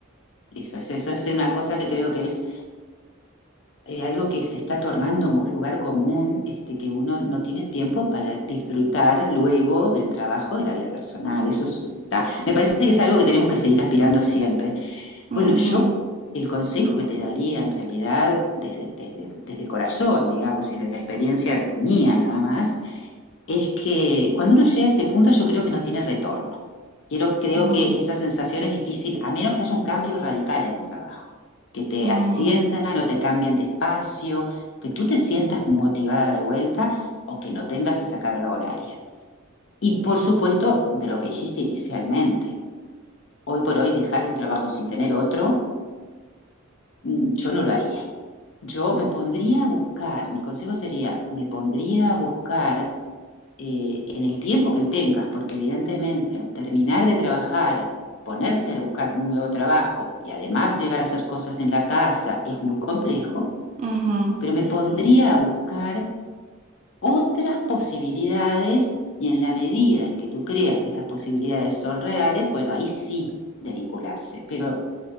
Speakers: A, on the left; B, on the right.
A: Eso, eso, eso es una cosa que creo que es eh, algo que se está tornando mo- lugar común, este, que uno no tiene tiempo para disfrutar luego del trabajo de la vida personal. Eso es, da- me parece que es algo que tenemos que seguir aspirando siempre.
B: Ujú,
A: Bueno, yo el consejo que te daría en realidad desde, desde, desde el corazón, digamos, y desde la experiencia mía nada más, es que cuando uno llega a ese punto yo creo que no tiene retorno. Quiero, creo
B: ujú,
A: que esa sensación es difícil, a menos que haya un cambio radical en el trabajo, que te
B: ujú,
A: asciendan o te cambien de espacio, que tú te sientas motivada de vuelta o que no tengas esa carga horaria. Y por
B: ujú,
A: supuesto, de lo que dijiste inicialmente, hoy por hoy dejar un trabajo sin tener otro mm, yo no lo haría. Yo me pondría a buscar, mi consejo sería, me pondría a buscar eh, en el tiempo que tengas, porque evidentemente al terminar de trabajar, ponerse a buscar un nuevo trabajo y además llegar a hacer cosas en la casa es muy complejo,
B: ujú,
A: pero me pondría a buscar otras posibilidades y en la medida en que tú creas que esas posibilidades son reales, bueno, ahí sí desvincularse, pero